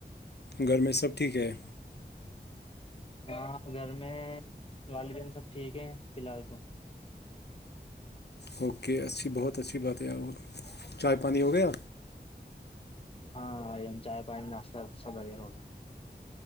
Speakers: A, on the left; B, on the left.
A: گھر میں سب ٹھیک ہے
B: ہاں گھر میں والدین سب ٹھیک ہے فلحل تو
A: اوکے اچھی بہت اچھی بات ہے اور
B: ہ
A: چائے پانی ہو گیا
B: ہاں چائے پانی ناشہ سب وغیرہ ہو گیا